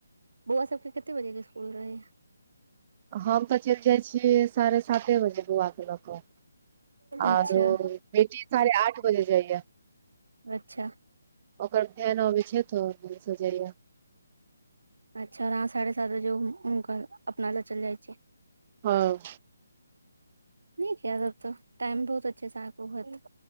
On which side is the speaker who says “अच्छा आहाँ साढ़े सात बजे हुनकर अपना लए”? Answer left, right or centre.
Right